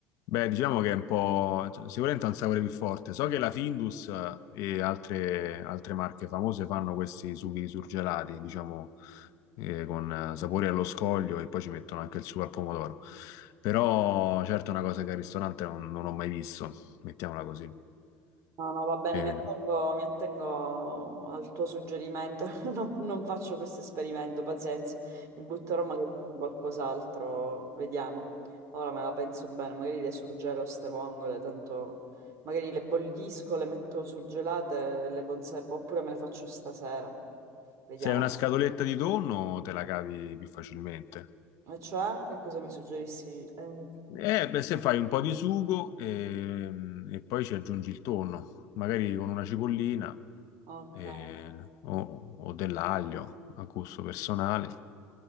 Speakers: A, on the left (about 65°); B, on the right (about 55°).
A: Beh, diciamo che è un po', cioè, sicuramente ha un sapore più forte. So che la Findus eh, e altre, altre marche famose fanno questi sughi surgelati, diciamo, eh, con eh, sapori allo scoglio e poi ci mettono anche il sugo al pomodoro. Però, certo, è una cosa che al ristorante non, non ho mai visto, mettiamola così.
B: No, no, va bene,
A: Eh,
B: mi attengo, mi attengo al tuo suggerimento. <laughs> Non, non faccio questo esperimento, pazienza. Mi butterò magari con qualcos'altro, vediamo. Ora me la penso bene, magari le surgelo ste vongole, tanto magari le bollisco, le metto surgelate, le conservo, oppure me le faccio stasera. Vediamo.
A: se hai una scatoletta di tonno, te la cavi più facilmente.
B: E cioè, che cosa mi suggerissi? Eh,
A: Eh, beh, se fai un po' di sugo ehm, e poi ci aggiungi il tonno, magari con una cipollina
B: ok.
A: eh, o, o dell'aglio a gusto personale.